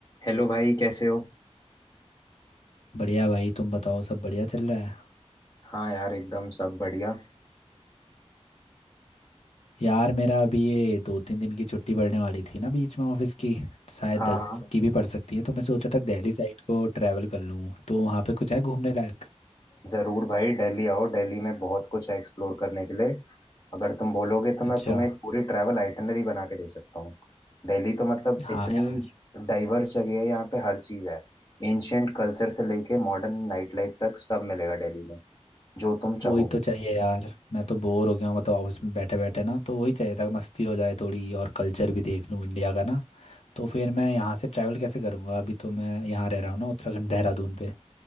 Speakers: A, on the left (about 35°); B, on the left (about 70°).
A: Hello भाई कैसे हो
B: बढ़िया भाई तुम बताओ सब बढ़िया चल रहा है
A: हाँ यार एकदम सब बढ़िया
B: यार मेरा अभी ये दो तीन दिन की छुट्टी पड़ने वाली थी ना बीच में ऑफिस की तो शायद
A: हाँ
B: दस
A: हाँ
B: की भी पड़ सकती है तो मैं सोचा था दिल्ली साइड को ट्रैवल कर लूँ तो वहाँ पे कुछ है घूमने लायक
A: जरूर भाई दिल्ली आओ दिल्ली में बहुत कुछ है एक्सप्लोर करने के लिए अगर तुम बोलोगे तो
B: अच्छा
A: मैं तुम्हें एक पूरी ट्रैवल आइटनरी बना के दे सकता हूँ दिल्ली तो मतलब
B: हाँ
A: इतनी
B: यार
A: डाइवर्स जगह है यहाँ पे हर चीज़ है एंशियंट कल्चर से लेके मॉडर्न नाइट लाइफ तक सब मिलेगा दिल्ली में जो तुम
B: वही
A: चाहोगे
B: तो चाहिए यार मैं तो बोर हो गया हूँ मतलब ऑफिस में बैठे बैठे ना तो वही चाहिए था कि मस्ती हो जाए थोड़ी और कल्चर भी देख लूँ इंडिया का ना तो फिर मैं यहाँ से ट्रैवल कैसे करूँगा अभी तो मैं यहाँ रह रहा हूँ ना उत्तराखंड देहरादून पे